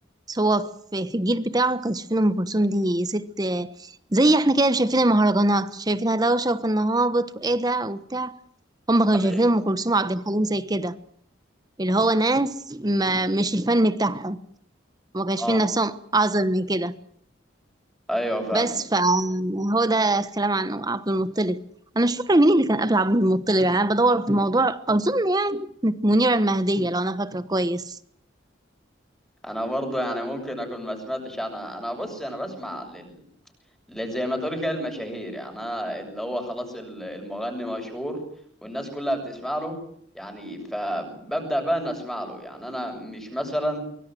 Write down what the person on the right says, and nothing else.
بس هو في في الجيل بتاعه كان شايفين أم كلثوم دي ست زي احنا كده شايفين المهرجانات شايفينها دوشة وفن هابط وإيه ده وبتاع هما كانوا
شايفين أم كلثوم وعبد الحليم زي كده اللي هو ناس ما مش الفن بتاعهم وما كانش
شايفين نفسهم أعظم من كده
بس فهو ده الكلام عن عبد المطلب انا مش فاكره مين اللي كان قبل عبد المطلب يعني انا بدور في الموضوع اظن يعني كانت منيره المهديه لو انا فاكره كويس